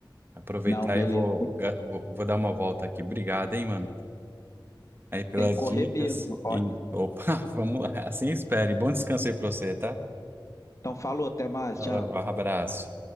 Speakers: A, on the right; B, on the left.
A: Aproveitar
B: Não, beleza,
A: e vou,
B: tem
A: ga- vou, vou dar uma volta aqui. Obrigado, hein, mano? aí pelas
B: tem que correr
A: dicas.
B: mesmo. Ó,
A: E, opa, <laughs> vamos lá. Assim espere. Bom descanso aí pra você, tá?
B: então falou, até mais,
A: Tchau,
B: tchau.
A: abraço.